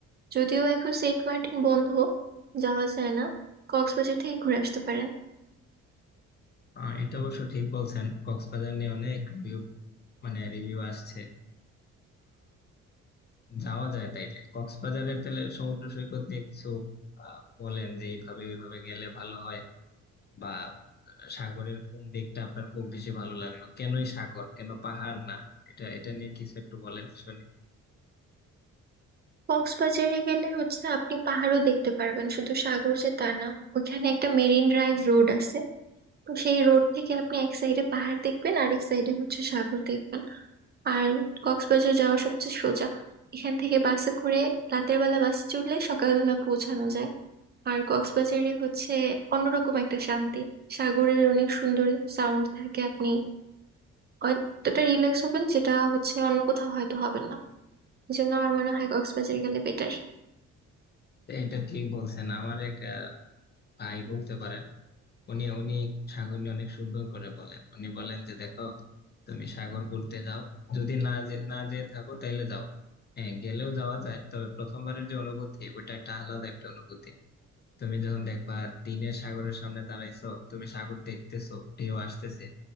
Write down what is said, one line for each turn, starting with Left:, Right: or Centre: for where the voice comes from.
Right: যদিও এখন সেন্ট মার্টিন বন্ধ যাওয়া যায় না কক্সবাজার থেকে ঘুরে আসতে পারেন
Left: আহ এটা অবশ্য ঠিক বলছেন কক্সবাজার নিয়ে অনেক রিভিউ মানে রিভিউ আসছে যাওয়া যায় তাইলে কক্সবাজারের তাহলে সমুদ্র সৈকত নিয়ে কিছু আহ, বলেন যে এইভাবে ওইভাবে গেলে ভালো হয় বা আহ, সাগরের কোন দিকটা আপনার খুব বেশি ভালো লাগলো কেনই সাগর কেন পাহাড় না এটা এটা নিয়ে কিছু একটু বলেন শুনি
Right: কক্সবাজারে গেলে হচ্ছে আপনি পাহাড়ও দেখতে পারবেন শুধু সাগর যে তা না ওখানে একটা মেরিন ড্রাইভ রোড আছে তো সেই রোড থেকে আপনি এক সাইডে পাহাড় দেখবেন আর এক সাইডে হচ্ছে সাগর দেখবেন আর কক্সবাজার যাওয়া সবচেয়ে সোজা এখান থেকে বাসে করে রাতের বেলা বাসে চড়লে সকালবেলা পৌঁছানো যায় আর কক্সবাজারে হচ্ছে অন্যরকম একটা শান্তি সাগরের অনেক সুন্দর সাউন্ড থাকে আপনি অতটা রিল্যাক্স হবেন যেটা হচ্ছে অন্য কোথাও হয়তো হবেন না এই জন্য আমার মনে হয় কক্সবাজার গেলে বেটার
Left: তো এটা ঠিক বলছেন আমার এক আহ, ভাই বলতে পারেন উনি উনি সাগর নিয়ে অনেক সুন্দর করে বলেন উনি বলেন যে দেখো তুমি সাগর ঘুরতে যাও যদি না যে- না যেয়ে থাকো তাইলে যাও হ্যাঁ গেলেও যাওয়া যায় তবে প্রথমবারের যে অনুভূতি ওটা একটা আলাদা একটা অনুভূতি তুমি যখন দেখবা দিনের সাগরের সামনে দাঁড়াইছো তুমি সাগর দেখতেছো ঢেউ আসতেছে